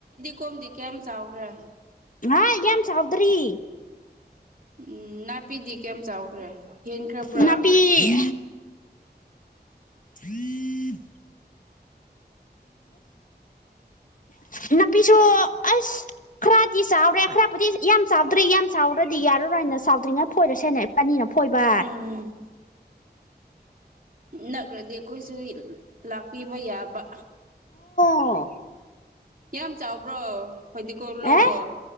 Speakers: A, on the right; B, on the left.
A: ꯀꯣꯝꯗꯤ ꯀꯌꯥꯝ ꯆꯥꯎꯈ꯭ꯔꯦ
B: ꯍꯥ ꯌꯥꯝ ꯆꯥꯎꯗ꯭ꯔꯤ
A: ꯎꯝ ꯅꯥꯄꯤꯗꯤ ꯀꯌꯥꯝꯝ ꯆꯥꯎꯈ꯭ꯔꯦ ꯍꯦꯟꯈ꯭ꯔꯕ꯭ꯔꯥ
B: ꯅꯥꯄꯤ ꯎꯝ ꯐ ꯅꯥꯄꯤꯁꯨ ꯑꯁ ꯈꯔꯗꯤ ꯆꯥꯎꯔꯦ ꯈꯔꯕꯨꯗꯤ ꯌꯥꯝ ꯆꯥꯎꯗ꯭ꯔꯤ ꯌꯥꯝ ꯆꯥꯎꯔꯗꯤ ꯌꯥꯔꯔꯣꯏ ꯅ ꯁ ꯆꯥꯎꯗ꯭ꯔꯤꯉꯩ ꯐꯣꯏꯔꯁꯦꯅ ꯑꯅꯤꯅ ꯐꯣꯏꯕ
A: ꯎꯝ ꯅꯈ꯭ꯔꯗꯤ ꯑꯩꯈꯣꯏꯁꯨ ꯂꯥꯛꯄꯤꯕ ꯌꯥꯕ
B: ꯑ
A: ꯌꯥꯝ ꯆꯥꯎꯕ꯭ꯔꯣ ꯍꯧꯣꯏꯗꯤꯀ ꯂꯧꯕꯣ
B: ꯑꯦ